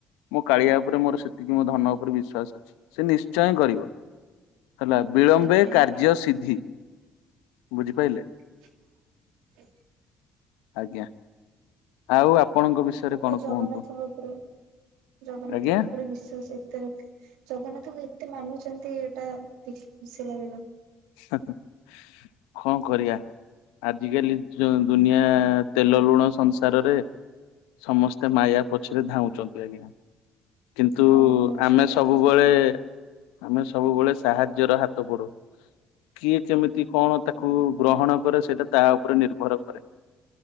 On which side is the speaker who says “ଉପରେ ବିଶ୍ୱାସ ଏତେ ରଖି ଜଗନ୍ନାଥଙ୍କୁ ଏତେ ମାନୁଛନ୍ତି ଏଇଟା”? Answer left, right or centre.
Right